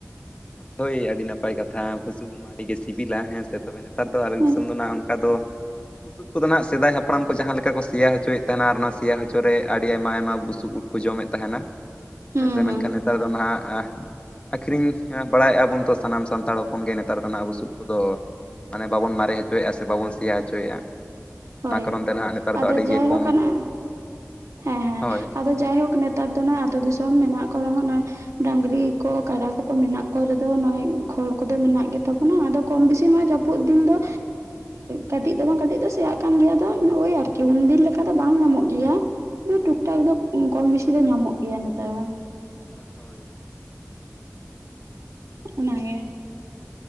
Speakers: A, on the left (about 20°); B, on the right (about 70°).
A: ᱦᱳᱭ ᱟᱹᱰᱤ ᱱᱟᱯᱟᱭ ᱠᱟᱛᱷᱟ ᱵᱩᱥᱩᱵ ᱳᱫᱽ ᱢᱟ ᱟᱹᱰᱤ ᱜᱮ ᱥᱤᱵᱤᱞᱟ ᱦᱮᱸ ᱥᱮ ᱛᱚᱵᱮ ᱱᱮ ᱱᱮᱛᱟᱨ ᱫᱚ ᱟᱞᱮ
B: ᱦᱩᱸ
A: ᱫᱤᱥᱚᱢ ᱫᱚ ᱱᱟᱜ ᱚᱱᱠᱟ ᱫᱚ, ᱵᱩᱥᱩᱵ ᱠᱚᱫᱚ ᱱᱟᱦᱟᱜ ᱥᱮᱫᱟᱭ ᱦᱟᱯᱲᱟᱢ ᱠᱚ ᱡᱟᱦᱟᱸ ᱞᱮᱠᱟ ᱠᱚ ᱥᱮᱭᱟ ᱦᱚᱪᱚᱭᱮᱫ ᱛᱟᱦᱮᱱᱟ ᱚᱱᱟ ᱥᱮᱸᱭᱟ ᱦᱚᱪᱚ ᱨᱮ ᱟᱹᱰᱤ ᱟᱭᱢᱟ ᱟᱭᱢᱟ ᱵᱩᱥᱩᱵ ᱳᱫᱽ, ᱠᱚ ᱡᱚᱢᱮᱫ ᱛᱟᱦᱮᱱᱟ᱾
B: <unintelligible>
A: ᱦᱮᱸ ᱥᱮ
B: ᱦᱩᱸ
A: ᱢᱮᱱᱠᱷᱟᱱ ᱱᱮᱛᱟᱨ ᱫᱚ ᱱᱟᱦᱟᱜ ᱟᱹᱠᱷᱨᱤᱧ ᱦᱮᱸ ᱵᱟᱲᱟᱭᱼᱟ ᱵᱚᱱ ᱛᱚ ᱥᱟᱱᱟᱢ ᱥᱟᱱᱛᱟᱲ ᱦᱚᱯᱚᱱ ᱜᱮ ᱱᱮᱛᱟᱨ ᱫᱚ ᱦᱟᱸᱜ ᱵᱩᱥᱩᱵ ᱠᱚᱫᱚ᱾ ᱢᱟᱱᱮ ᱵᱟᱵᱚᱱ ᱢᱟᱨᱮ ᱦᱚᱪᱚᱭᱮᱫᱼᱟ ᱥᱮ ᱵᱟᱵᱚᱱ ᱥᱮᱭᱟ ᱦᱚᱪᱚᱭᱮᱫᱼᱟ᱾
B: ᱦᱳᱭ
A: ᱚᱱᱟ ᱠᱟᱨᱚᱱ ᱛᱮ ᱱᱟᱦᱟᱜ ᱱᱮᱛᱟᱨ
B: ᱟᱫᱚ
A: ᱫᱚ ᱟᱹᱰᱤ
B: ᱡᱟᱭᱦᱳ
A: ᱜᱮ ᱠᱚᱢ
B: ᱚᱱᱟ ᱦᱮᱸ ᱦᱮᱸ
A: ᱦᱳᱭ
B: ᱟᱫᱚ, ᱡᱟᱭᱦᱳᱠ ᱱᱮᱛᱟᱨ ᱫᱚ ᱱᱚᱜᱚᱭ ᱟᱛᱳ ᱫᱤᱥᱚᱢ ᱢᱮᱱᱟᱜ ᱠᱚ ᱨᱮᱦᱚᱸ ᱱᱚᱜᱚᱭ, ᱰᱟᱝᱨᱤ ᱠᱚ ᱠᱟᱰᱟ ᱠᱚᱠᱚ ᱢᱮᱱᱟᱜ ᱠᱚᱨᱫᱚ ᱱᱚᱜᱚᱭ ᱠᱷᱚᱲ ᱠᱚᱫᱚ ᱢᱮᱱᱟᱜ ᱜᱮᱛᱟᱵᱚᱱᱟ ᱟᱫᱚ, ᱠᱚᱢ ᱵᱤᱥᱤ ᱱᱚᱣᱟ ᱡᱟᱹᱯᱩᱫ ᱫᱤᱱ ᱫᱚ ᱠᱟᱹᱴᱤᱡ ᱫᱚ ᱵᱟᱝ ᱠᱟᱹᱴᱤᱡ ᱫᱚ ᱥᱮᱭᱟᱜ ᱠᱟᱱ ᱜᱮᱭᱟ ᱟᱫᱚ ᱳᱭ ᱟᱨᱠᱤ ᱩᱱᱫᱤᱱ ᱞᱮᱠᱟ ᱫᱚ ᱵᱟᱝ ᱧᱟᱢᱚᱜ ᱜᱮᱭᱟ᱾ ᱴᱩᱠ ᱴᱟᱠ ᱫᱚ ᱠᱚᱢ ᱵᱮᱥᱤ ᱫᱚ ᱧᱟᱢᱚᱜ ᱜᱮᱭᱟ ᱱᱮᱛᱟᱨ ᱦᱚᱸ,
A: ᱦᱳᱭ᱾
B: ᱚᱱᱟᱜᱮ,